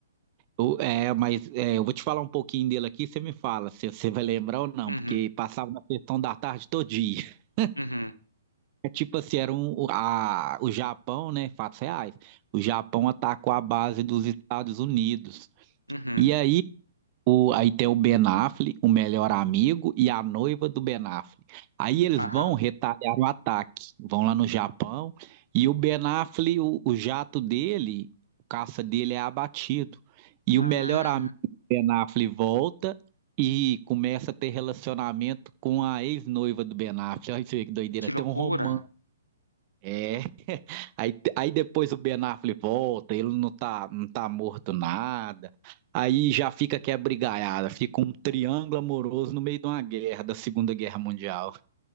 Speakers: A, on the right; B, on the left.
A: O- é, mas é, eu vou te falar um pouquinho dele aqui, você me fala se você vai lembrar ou não,
B: Uhum,
A: porque passava na sessão da tarde todo dia. <laughs>
B: uhum,
A: É tipo assim, era um, a, o Japão, né, fatos reais, o Japão atacou a base dos Estados Unidos.
B: uhum.
A: E aí O- aí tem o Ben Affleck, o melhor amigo e a noiva do Ben Affleck. Aí eles
B: Aham.
A: vão retalhar o ataque, vão lá no Japão e o Ben Affleck, o, o jato dele, o caça dele é abatido. E
B: Ah,
A: o melhor amigo do Ben Affleck volta e começa a ter relacionamento com a ex-noiva do Ben Affleck. Olha isso aí que doideira,
B: que
A: tem
B: loucura.
A: um romance. É, <laughs> aí, aí depois o Ben Affleck volta, ele não tá, não tá morto nada, aí já fica que é brigaiada, fica um triângulo amoroso no meio de uma guerra, da Segunda Guerra Mundial.